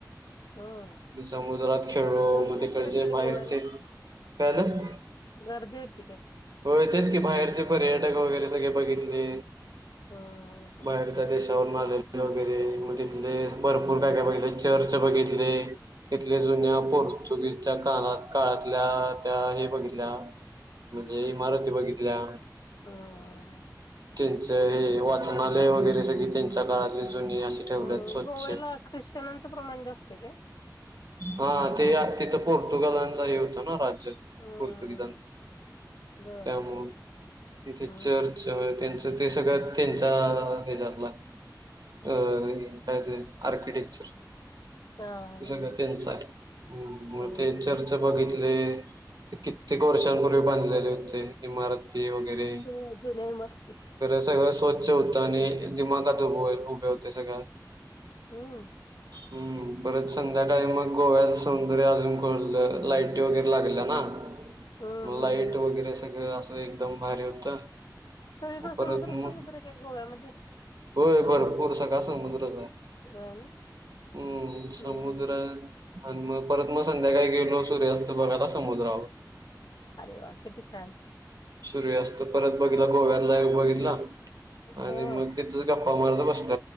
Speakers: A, on the left (about 70°); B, on the right (about 60°).
A: हम्म
B: समुद्रात खेळलो
A: गर्दी
B: म.
A: होती
B: ड
A: का तिकडे
B: बाहेरचे
A: गोव्याला
B: कायलं <unintelligible>
A: गर्दी होती काय
B: हो तेच की बाहेरचे पर्यटक वगैरे सगळे बघितले.
A: हम्म हम्म हम्म
B: बाहेरच्या देशावर ना. वगैरे मग तिथले भरपूर काय काय बघितले चर्च बघितले. इथले जुन्या
A: हो
B: पोर्तुगीज. च्या काना काळातल्या त्या हे बघितल्या म्हणजे इमारती बघितल्या..
A: हम्म
B: त्यांच हे वाचनालय वगैरे सगळी त्यांच्या काळातली. अशी ठेवतात
A: हम्म
B: स्वच्छ.
A: गोव्याला ख्रिश्चनांचं प्रमाण जास्त आहे काय?
B: हा ते तिथं पोर्तुगालांचा हे होता ना राज.
A: हम्म
B: पोर्तुगीजांचं.
A: हम्म बर
B: त्यामु तथे
A: हम्म
B: चर्च त्यांचं ते सगळ्यात. त्यांचा हे जातला अ काय आर्किटेक्चर
A: हा हा
B: हे सगळं
A: हा
B: त्यांच आहे मग
A: हम्म
B: ते
A: हम्म
B: चर्च बघितले. ते कित्येक वर्षांपूर्वी बांधलेले होते इमारत वगैरे
A: हो जुन्या इमारती
B: सगळं. स्वच्छ होतं आणि दिमाखात उभं उभे होते सगळ्यात
A: हम.
B: हम्म परत. संध्याकाळी मग गोव्याचं सौंदर्य अजून खोललं लाईटी वगैरे लागल्या ना?
A: हम्म
B: मग
A: हम्म
B: लाईट
A: हम्म
B: वगैरे सगळं असं एकदम भारी होतं.
A: सगळीकडे
B: मग परत
A: समुद्र
B: म
A: समुद्र काय गोव्यामध्ये
B: होय बरं पुर सगळं समुद्रचा आहे
A: हो ना
B: हम् समुद्र
A: हम्म
B: आणि मग परत मग संध्याकाळी गेलो. सुर्यास्त बघायला समुद वर
A: अरे वा किती छान
B: सूर्यास्त परत बघित गोव्यात बघितलं आणि
A: हो
B: मग तिथं बसत